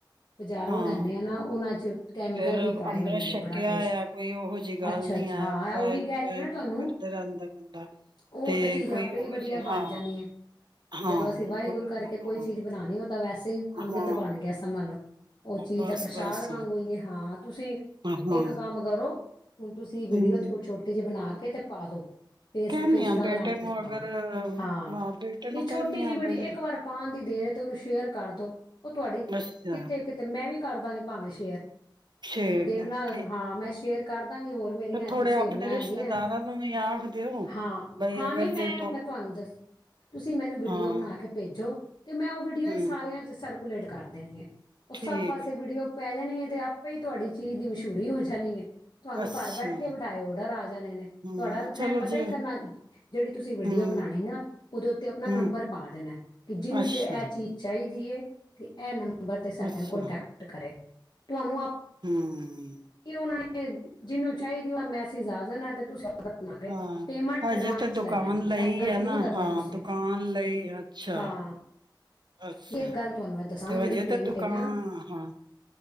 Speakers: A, on the left; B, on the right.
A: ਬਾਜ਼ਾਰੋਂ
B: ਹਾਂ।
A: ਲੈਂਦੇ ਨਾ ਉਹਨਾਂ 'ਚ ਕੈਮੀਕਲ
B: ਫਿਰ
A: ਵੀ ਪਾਏ
B: ਅੰਮ੍ਰਿਤ
A: ਹੁੰਦੇ
B: ਸ਼ਕ
A: ਨੇ ਬੜਾ
B: ਕਿਆ
A: ਕੁਛ
B: ਯਾਂ ਕੋਈ ਉਹੋ ਜਿਹੀ ਗੱਲ
A: ਅੱਛਾ
B: ਨੀ
A: ਅੱਛਾ
B: ਹੈ
A: ਹਾਂ ਉਹੀ
B: ਵਾਹਿਗੁਰੂ
A: ਕਹਿ ਰਹੀ
B: ਵਾਹਿਗੁਰੂ
A: ਹਾਂ ਨਾ ਤੁਹਾਨੂੰ
B: ਕਰਦੇ ਰਹਿੰਦਾ ਬੰਦਾ
A: ਉਹ
B: ਤੇ
A: ਤਾਂ ਚੀਜ਼
B: ਕੋਈ
A: ਆਪੇ
B: ਉਹੋ
A: ਹੀ ਵਧੀਆ
B: ਜਿ ਹਾਂ
A: ਬਣ ਜਾਣੀ ਹੈ
B: ਹਾਂ
A: ਜਦੋਂ ਅਸੀਂ ਵਾਹਿਗੁਰੂ
B: ਗੂਰੁ
A: ਕਰਕੇ ਕੋਈ
B: ਹਾਂ।
A: ਚੀਜ਼ ਬਣਾਉਣੀ ਤਾਂ ਵੈਸੇ ਵੀ
B: ਹਾਂ,
A: ਅੰਮ੍ਰਿਤ ਬਣ ਗਿਆ ਸਮਝ ਲਓ। ਓ ਚੀਜ਼
B: ਬਸ-ਬਸ।
A: ਤਾ ਪ੍ਰਸ਼ਾਦ ਵਾਂਗੂ ਈ ਐ ਹਾਂ। ਤੁਸੀਂ
B: ਹਾਂ
A: ਇੱਕ ਕੰਮ ਕਰੋ। ਹੁਣ ਤੁਸੀਂ ਵੀਡੀਓ
B: ਹੂੰ
A: ਥੋ ਛੋਟੀ ਜੀ ਬਣਾ ਨੀ ਤੇ ਪਾ ਦੋ। ਫੇਸਬੁੱਕ,
B: ਕਹਿੰਦੀ
A: ਇੰਸਟਾਗ੍ਰਾਮ
B: ਆ ਬੇਟੇ
A: ਤੇ
B: ਨੂੰ
A: ਪਾਓ
B: ਅਗਰ
A: ਹਾਂ
B: ਮਾਂ ਬੇਟੇ ਨੂੰ
A: ਨਈਂ ਛੋਟੀ
B: ਕਹਿੰਦੀ
A: ਜੀ
B: ਆ
A: ਵੀਡੀਓ
B: ਬਈ
A: ਇੱਕ ਵਾਰ ਪਾਣ ਦੀ ਦੇਰ ਐ ਤੇ ਉਹਨੂੰ ਸ਼ੇਅਰ ਕਰ ਦੋ। ਉਹ ਤੁਹਾਡੀ,
B: ਅੱਛਾ
A: ਕਿੱਥੇ, ਕਿਥੇ ਮੈਂ ਵੀ ਕਰਦਾਗੇ ਭਾਵੇਂ ਸ਼ੇਅਰ।
B: ਠੀਕ
A: ਤੇ ਦੇਖਣਾ ਹਾਂ
B: ਐ।
A: ਮੈਂ ਸ਼ੇਅਰ ਕਰ ਦਾਂਗੀ ਹੋਰ ਮੇਰੀਆਂ ਏਥੇ
B: ਥੋੜੇ
A: ਸਹੇਲੀਆਂ
B: ਆਪਣੇ ਰਿਸ਼ਤੇਦਾਰਾਂ
A: ਹੈਗੀਆਂ।
B: ਨੂੰ ਵੀ ਆਖ ਦਿਓ
A: ਹਾਂ,
B: ਬਈ
A: ਹਾਂ
B: ਅਗਰ
A: ਨਹੀਂ ਮੈਂ
B: ਜੇ
A: ਤੁਹਾਨੂੰ ਦੱਸ, ਤੁਸੀਂ ਮੈਨੂੰ ਵੀਡੀਓ
B: ਹਾਂ
A: ਬਣਾ ਕੇ ਭੇਜ ਜੋ ਤੇ ਮੈਂ ਓ ਵੀਡੀਓ
B: ਹੂੰ
A: ਈ ਸਾਰਿਆਂ ਚ ਸਰ ਕੁੁਲੇਡ ਕਰ ਦੇਨੀ ਐ। ਓ ਸਭ
B: ਠੀਕ
A: ਪਾਸੇ
B: ਹੈ
A: ਵੀਡੀਓ ਪੈ ਜਾਣੀ ਐ ਤੇ ਆਪੇ ਈ ਤੁਹਾਡੀ ਚੀਜ਼ ਦੀ ਮਸ਼ੁ ਹੂਰੀ ਹੋ ਜਾਨੀ ਏ। ਤੁਹਾਨੂੰ
B: ਅੱਛਾ
A: ਘਰ ਬੈਠੇ-ਬਠਾਏ ਓਡਰ ਆ ਜਾਣੇ ਨੇ,
B: ਹੂੰ
A: ਤੁਹਾਡਾ ਉੱਥੇ
B: ਚਲੋ
A: ਪਤਾ
B: ਜੇ
A: ਈ ਕਰਨਾ ਜਿਹੜੀ ਤੁਸੀਂ ਵੀਡੀਓ
B: ਹੂੰ
A: ਬਣਾਣੀ ਨਾ ਉਹਦੇ ਉੱਤੇ ਆਪਣਾ ਨੰਬਰ
B: ਹੂੰ
A: ਪਾ ਦੇਨਾ ਐ ਕਿ ਜਿਹਨੂੰ
B: ਅੱਛਾ
A: ਜੇ ਇਹ ਚੀਜ਼ ਚਾਹੀ ਦੀ ਏ ਤੇ ਐ ਨੰਬ ਨੰਬਰ ਤੇ ਸਾ
B: ਅੱਛਾ
A: ਨੂੰ ਕੋਂਟੈਕਟ ਕਰੇ। ਤੁਹਾਨੂੰ ਆਪ।
B: ਹੂੰ
A: ਉਹਨਾਂ ਨੇ ਜਿੰਨੁ। ਚਾਹੀਦੀ ਆਂ ਮੈਸੀਜ਼ ਆ ਜਾਣਾ ਤੇ ਤੁਸੀਂ। ਔਡਰ ਬਣਾ ਕੇ
B: ਹਾਂ,
A: ਪੇਮੈਂਟ
B: ਹਜੇ
A: ਐਡਵਾਂਸ
B: ਤੇ ਦੁਕਾਨ
A: ਲੈ ਲੈਣੀ
B: ਲਈ
A: ਇਹ ਗਲਤੀ
B: ਏ ਨਾ,
A: ਨਹੀਂ ਕਰਨੀ
B: ਹਾਂ
A: ਤੁਸੀਂ
B: ਦੁਕਾਨ ਲਈ ਅੱਛਾ-ਅੱਛਾ
A: ਹਾਂ ਦੀ ਇੱਕ ਗੱਲ ਤੁਹਾਨੂੰ ਮੈਂ ਦੱਸਾਂ
B: ਤੇ
A: ਜਿਹੜੀ
B: ਹਜੇ
A: ਪੇਮੈਂਟ
B: ਤੇ ਦੁਕਾਨ
A: ਹੈ ਨਾ
B: ਹ